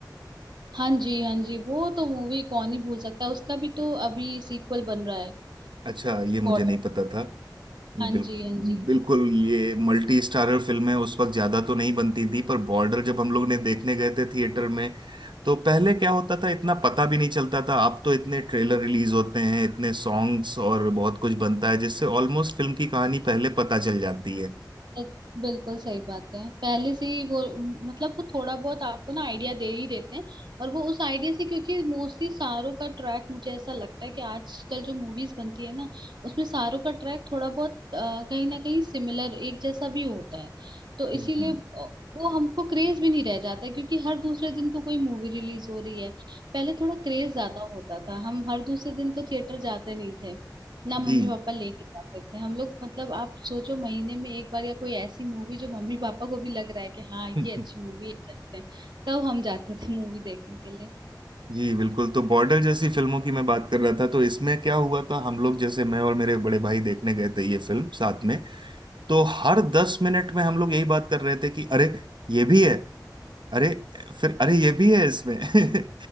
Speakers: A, on the right (about 70°); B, on the right (about 85°).
A: हाँ जी हाँ जी वो तो मूवी कौन ही भूल सकता है उसका भी तो अभी सीक्वल बन रहा है
B: अच्छा ये मुझे
A: बॉर्डर
B: नहीं पता था ये
A: हाँ
B: बिल,
A: जी हाँ जी
B: बिल्कुल ये मल्टी स्टारर फिल्में उस वक्त ज्यादा तो नहीं बनती थी पर बॉर्डर जब हम लोग ने देखने गए थे थिएटर में तो पहले क्या होता था इतना पता भी नहीं चलता था अब तो इतने ट्रेलर रिलीज होते हैं इतने सॉन्ग्स और बहुत कुछ बनता है जिससे ऑलमोस्ट फिल्म की कहानी पहले पता चल जाती है
A: एक- बिल्कुल सही बात है पहले से ही वो मतलब वो थोड़ा बहुत आपको ना आइडिया दे ही देते हैं और वो उस आइडिया से क्योंकि मोस्टली सारों का ट्रैक मुझे ऐसा लगता है कि आजकल जो मूवीज बनती है ना उसमें सारों का ट्रैक थोड़ा बहुत अ, कहीं ना कहीं सिमिलर एक जैसा भी होता है तो इसीलिए
B: जी
A: अ, वो हमको क्रेज भी नहीं रह जाता है, क्योंकि हर दूसरे दिन तो कोई मूवी रिलीज हो रही है पहले थोड़ा क्रेज ज्यादा होता था हम हर दूसरे दिन तो थिएटर जाते नहीं थे ना मम्मी
B: जी
A: पापा लेके जाते थे हम लोग मतलब आप सोचो महीने में एक बार या कोई ऐसी मूवी जो मम्मी पापा को भी लग रहा है कि हाँ
B: <laughs>
A: ये अच्छी मूवी है चलते हैं तब हम जाते थे मूवी देखने के लिए
B: जी बिल्कुल तो बॉर्डर जैसी फिल्मों की मैं बात कर रहा था तो इसमें क्या हुआ था हम लोग जैसे मैं और मेरे बड़े भाई देखने गए थे ये फिल्म साथ में तो हर दस मिनट में हम लोग यही बात कर रहे थे कि अरे ये भी है अरे फिर अरे ये भी है इसमें <laughs>